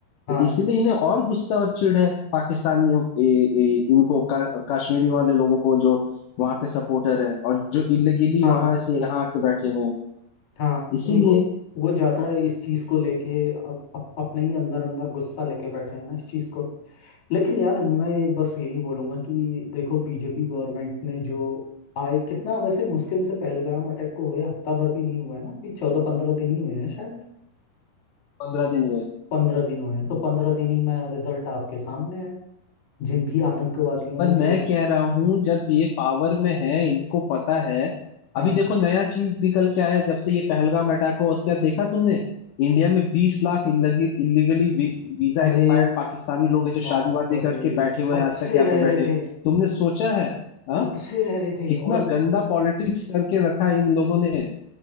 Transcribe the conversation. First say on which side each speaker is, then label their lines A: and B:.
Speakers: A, on the left; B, on the left.
A: हाँ
B: तो इसीलिए इन्हें और गुस्सा और चिढ़ है पाकिस्तानियों ए, ए, इनको का, कश्मीरी वाले लोगों को जो वहां के सपोर्टर है और जो इलीगली
A: हाँ
B: वहां से यहाँ आके बैठे हुए हैं
A: हाँ
B: इसीलिए
A: उनको वो ज्यादा इस चीज को लेके अब अप, अपने ही अंदर अंदर गुस्सा लेके बैठे हैं ना इस चीज को लेकिन यार मैं बस यही बोलूंगा कि देखो बीजेपी गवर्नमेंट ने जो आए कितना वैसे मुश्किल से पहलगाम अटैक को हुए हफ्ता भर भी नहीं हुआ है ना अभी चौदह पंद्रह दिन ही हुए हैं शायद
B: पंद्रह दिन हुए
A: पंद्रह दिन हुए हैं तो पंद्रह दिन ही में रिजल्ट आपके सामने है जिन भी आतंकवादियों
B: पर
A: ने
B: मैं
A: जो
B: कह रहा हूँ जब ये पावर में है इनको पता है
A: हाँ,
B: अभी देखो नया चीज निकल के आया जब से ये पहलगाम अटैक हुआ उसके बाद देखा तुमने इंडिया में बीस lakh illegally visa
A: अरे
B: expired Pakistani लोग है जो
A: बाप
B: शादी वादी करके
A: रे
B: बैठे हुए
A: कब
B: हैं आज तक
A: से
B: यहाँ
A: रह
B: पे बैठे
A: रहे थे
B: तुमने सोचा है आ?
A: कब से रह रहे थे
B: कितना
A: और
B: गंदा पॉलिटिक्स करके रखा है इन लोगों ने